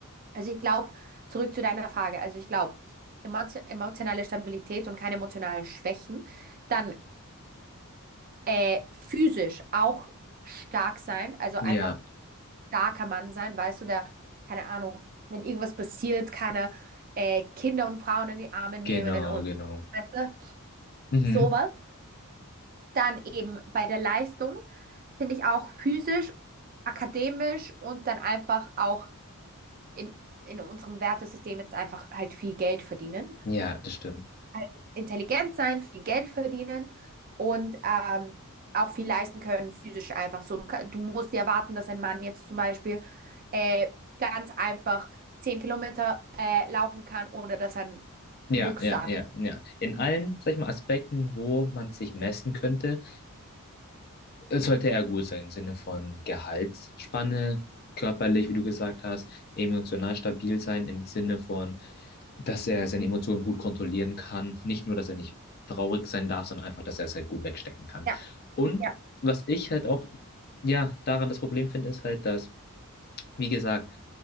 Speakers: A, on the right; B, on the left.
A: Also ich glaube, zurück zu deiner Frage, also ich glaube, emotionale Stabilität und keine emotionalen Schwächen, dann äh, physisch auch stark sein, also einfach
B: Ja,
A: starker Mann sein, weißt du, der, keine Ahnung, wenn irgendwas passiert, keine äh, Kinder und Frauen in die Arme nehmen
B: genau,
A: und
B: genau.
A: weißt du,
B: Mhm.
A: sowas. Dann eben bei der Leistung finde ich auch physisch, akademisch und dann einfach auch in, in unserem Wertesystem jetzt einfach halt viel Geld verdienen.
B: Ja, das stimmt.
A: halt intelligent sein, viel Geld verdienen und ähm, auch viel leisten können, physisch einfach so. Du, ka- du musst ja erwarten dass ein Mann jetzt zum Beispiel äh, ganz einfach 10 Kilometer äh, laufen kann, ohne dass er einen
B: Ja,
A: Mucks
B: ja,
A: sagt.
B: ja, ja. In allen, sag ich mal, Aspekten, wo man sich messen könnte, sollte er gut sein, im Sinne von Gehaltsspanne, körperlich, wie du gesagt hast, emotional stabil sein, im Sinne von, dass er seine Emotionen gut kontrollieren kann. Nicht nur, dass er nicht traurig sein darf, sondern einfach, dass er es halt gut wegstecken kann.
A: Ja,
B: Und
A: ja,
B: was ich halt auch, ja, daran das Problem finde, ist halt, dass, wie gesagt,